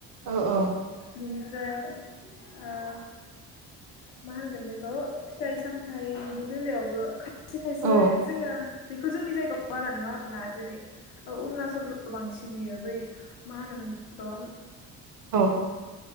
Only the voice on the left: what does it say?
बेनिफ्राय ओ मा होनगोन बेखौ फिथाइ सामथाइनि बेलायावबो खाथि खायसे
जोङो बेखौ जोंनि जायगायाव बारा नुवा आरो ना जेरै अरुणाचलफ्राव बांसिन नुयो बै मा होनोमोन बेखौ